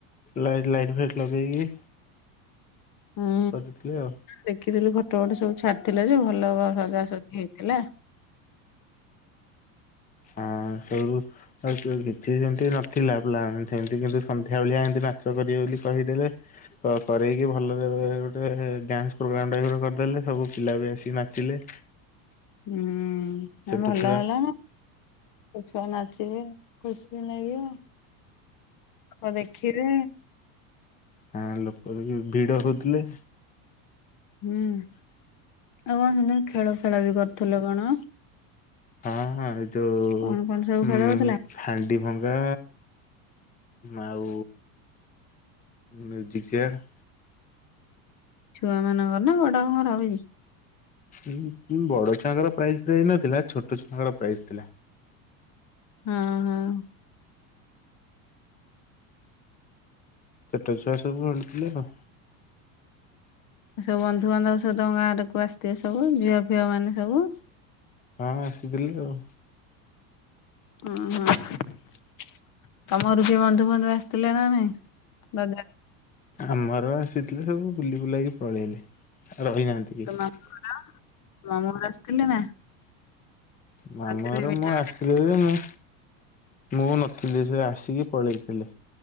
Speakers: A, on the left; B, on the left.
A: ଲାଇ ଲାଇଟ୍ ଫାଇଟ୍ ଲଗେଇକି।
B: ହୁଁ
A: କରିଥିଲେ ଆଉ।
B: ଦେଖିଥିଲି ଫଟୋ ଫଟ ସବୁ। ଛାଡିଥିଲେ ଯେ ଭଲ ସଜାସଜି ହେଇଥିଲା।
A: ହାଁ ସୁବୁ <unintelligible> କିଛି ସେମିତି ନଥିଲା ପ୍ଲାନ ସେମିତି କିନ୍ତୁ ସନ୍ଧ୍ୟା ବେଳିଆ ଏମିତି ନାଚ କରିବେ ବୋଲି କହିଦେଲେ। କ କରେଇକି ଭଲରେ ଗୋଟେ ଡ୍ୟାନ୍ସ ପ୍ରୋଗ୍ରାମ ଟାଇପ୍ ର କରିଦେଲେ ସବୁ ପିଲା ବି ଆସିକି ନାଚିଲେ।
B: ହୁଁ
A: ଛୋଟ
B: ହଁ ଭଲ
A: ଛୁଆ
B: ହେଲା। ଛୁଆ ନାଚିବେ ଖୁସିରେ ଲାଗିବ। ଆଉ ଦେଖିବେ।
A: ହାଁ ଲୋକୋ ବି ବିଡ ହୋଉଥିଲେ।
B: ହୁଁ ଆଉ କଣ ହେଲା ଖେଳ ଫେଳ ବି କରୁଥିଲ କଣ?
A: ହାଁ ଏ ଯୋଉ
B: କଣ କଣ ସବୁ
A: ଉଁ
B: ଖେଳ ହଉଥିଲା?
A: ହାଣ୍ଡି ଭଙ୍ଗା। ଆଉ ମ୍ୟୁଜିକ୍ ଚେୟାର।
B: ଛୁଆ ମାନଙ୍କର ନା ବଡଙ୍କର ବି।
A: ଉଁ ଉଁ ବଡ ଛୁଆଙ୍କର ପ୍ରାଇଜ୍ ଫ୍ରାଇଜ୍ ନଥିଲା ଛୋଟ ଛଆଙ୍କର ପ୍ରାଇଜ୍ ଥିଲା।
B: ହଁ ହଁ।
A: ଛୋଟ ଛୁଆ ସବୁ ଆଣିୁଥିଲେ ଆଉ।
B: ସବୁ ବନ୍ଧୁବାନ୍ଧବ ସବୁ ତମ ଗାଁରେକୁ ଆସିଥିବେ ସବୁ ଝିଅ ଫିଅ ମାନେ ସବୁ।
A: ହଁ ଆସିଥିଲି ଆଉ।
B: ଉହୁଁ। ତମର ବି ବନ୍ଧୁ ବାନ୍ଧବ ଆସିଥିଲେ ନା ନାଇଁ ରଜ
A: ଆମର ଆସିଥିଲେ ସବୁ ବୁଲି ବୁଲାକି ପଳେଇଲେ ରହିନାହାନ୍ତି କେହି।
B: ତୋ ମାମୁଁ ଘର ମାମୁଁ ଘରେ ଆସିଥିଲେ ନା।
A: ମାମଁ
B: ରଜରେ
A: ଘର
B: ମିଠା
A: ମୁଁ ଆସିଥିଲି ଯେ ମୁଁ ମୁଁ ନଥିଲି ସେ ଆସିକି ପଳେଇି ହେଲେ